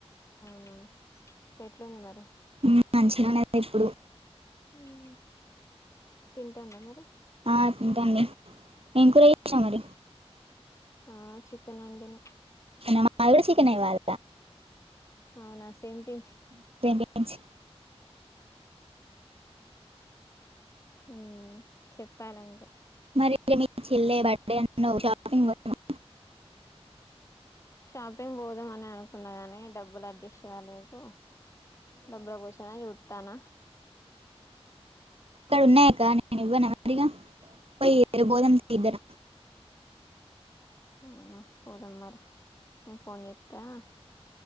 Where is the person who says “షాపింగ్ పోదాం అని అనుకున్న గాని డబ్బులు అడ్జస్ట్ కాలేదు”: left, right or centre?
Left